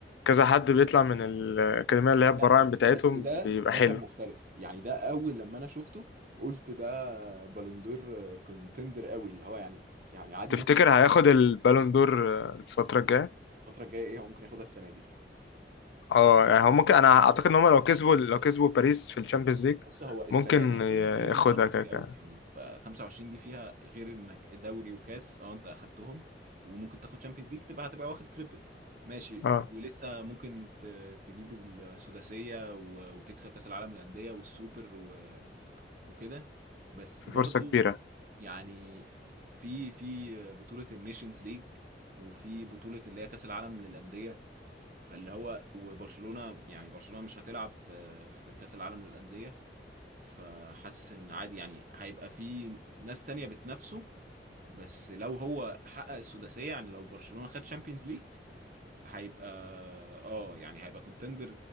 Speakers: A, on the left; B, on the right.
A: كذا حد بيطلع من الأكاديمية اللي هي البراعم
B: لا
A: بتاعتهم
B: بس ده
A: بيبقى
B: ده
A: حلو
B: كان مختلف يعني ده أول لما أنا شفته قلت ده بالون دور كونتندر قوي اللي هو يعني يعني عادي
A: تفتكر
B: ممكن ياخد
A: هياخد البالون دور آه، الفترة الجاية؟
B: الفترة الجاية إيه هو ممكن ياخدها السنة دي
A: اه يعني هو ممكن انا اعتقد ان هم لو كسبوا لو كسبوا باريس في الشامبيونز ليج
B: بص هو السنه
A: ممكن
B: دي في
A: ي-
B: في بطولات
A: ياخدها
B: كتير
A: كده كده.
B: قوي يعني ف 25 دي فيها غير انك دوري وكاس اه انت اخدتهم وممكن تاخد شامبيونز ليج تبقى هتبقى واخد تريبل ماشي
A: اه
B: ولسه ممكن ت- تجيب السداسيه و- وتكسب كاس العالم للانديه والسوبر و- وكده بس
A: في
B: برضو
A: فرصة كبيرة
B: يعني في في بطوله النيشنز ليج وفي بطوله اللي هي كاس العالم للانديه فاللي هو وبرشلونه يعني برشلونه مش هتلعب في في كاس العالم للانديه فحاسس ان عادي يعني هيبقى في ناس تانية بتنافسه بس لو هو حقق السداسية يعني لو برشلونة خد شامبيونز ليج هيبقى اه يعني هيبقى كونتندر